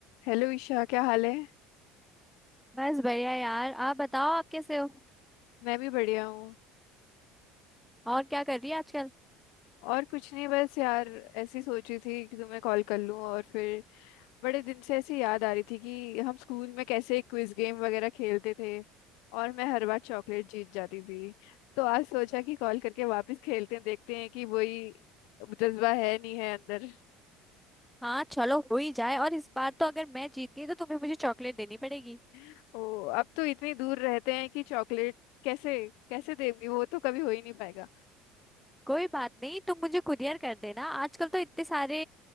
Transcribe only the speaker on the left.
Hello Isha क्या हाल है
मैं भी बढ़िया हूँ
और कुछ नहीं बस यार ऐसी सोची थी कि तुम्हें कॉल कर लूँ और फिर बड़े दिन से ऐसी याद आ रही थी कि हम स्कूल में कैसे क्विज गेम वगैरह खेलते थे और मैं हर बार चॉकलेट जीत जाती थी तो आज सोचा कि कॉल करके वापस खेलते हैं देखते हैं कि वही जज्बा है नहीं है अंदर
<laughs> ओ अब तो इतनी दूर रहते हैं कि चॉकलेट कैसे कैसे देंगी वो तो कभी हो ही नहीं पाएगा